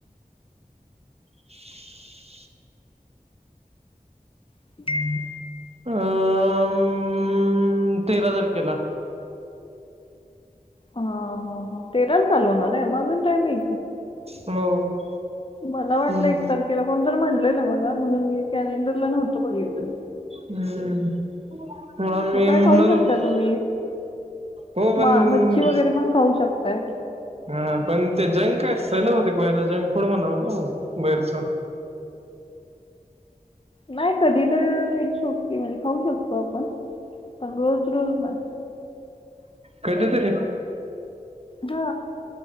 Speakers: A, on the right; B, on the left.
A: <inaudible>
B: <inaudible>
A: अ..., मी...., तेरा तारखेला
B: ह ह ह, तेराले चालू होणार म्हणून त्या नी
A: <unintelligible>
B: मला वाटलं
A: हम्म
B: एक तारखेला, कोण तर म्हणलेला मला म्हणून मी कॅलेंडरला नव्हतो बघितलं.
A: हम्म आम्ही
B: मग काय
A: म्हणत
B: खाऊ शकताय तुम्ही,
A: हो पण
B: मा मच्छी वगैरे पण खाऊ शकताय.
A: हा पण ते जंग काय सण होते बुयारा जंग फुड म्हणाव असं बैरच
B: नाही कधी तर इट्स ओके म्हणजे खाऊ शकतो आपण. पण रोज रोज नाही.
A: कधीतरी
B: धा,